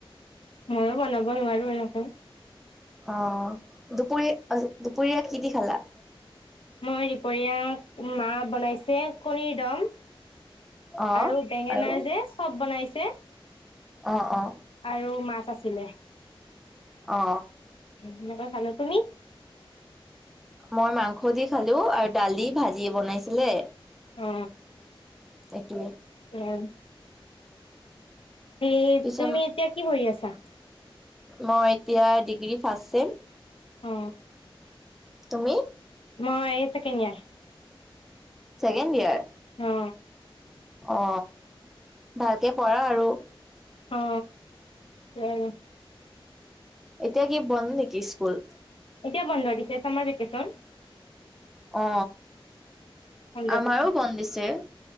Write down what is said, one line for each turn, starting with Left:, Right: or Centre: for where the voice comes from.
Left: মইয়ো বনাব নোৱাৰো এনেকে।
Centre: অ। দুপৰীয়া আজি দুপৰীয়া কি দি খালা?
Left: মই দুপৰীয়া মা বনাইছে কণীৰ দম
Centre: অ',
Left: আৰু বেঙেনাৰ
Centre: আৰু?
Left: যে চব বনাইছে
Centre: অ অ।
Left: আৰু মাছ আছিলে।
Centre: অ।
Left: সেনেকৈ খালো। তুমি?
Centre: মই মাংস দি খালো আৰু দালি, ভাজি বনাইছিলে।
Left: অ।
Centre: একেই।
Left: কিমান? এই
Centre: পিছত
Left: তুমি এতিয়া কি পঢ়ি আছা?
Centre: মই এতিয়া ডিগ্ৰী ফাৰ্ষ্ট চেম।
Left: অ।
Centre: তুমি?
Left: মই এই চেকেণ্ড য়েৰ।
Centre: Second year?
Left: অ।
Centre: অ ভালকে পঢ়া আৰু।
Left: অ সেইয়াই।
Centre: এতিয়া কি বন্ধ নিকি স্কুল?
Left: এতিয়া বন্ধ দিছে চামাৰ ভেকেচন।
Centre: অ
Left: বন্ধ
Centre: আমাৰো
Left: দিছে
Centre: বন্ধ দিছে।